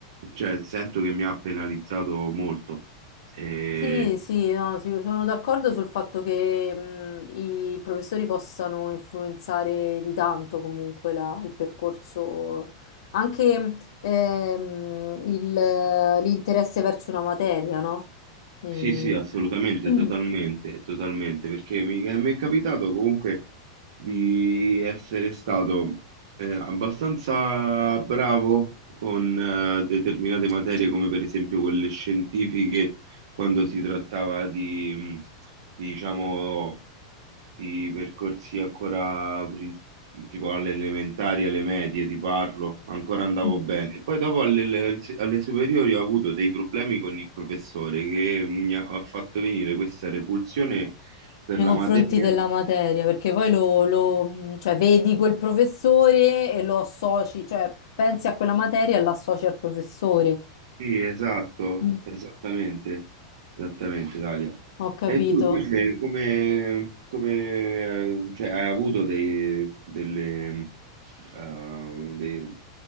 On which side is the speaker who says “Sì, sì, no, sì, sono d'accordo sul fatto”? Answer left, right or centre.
Left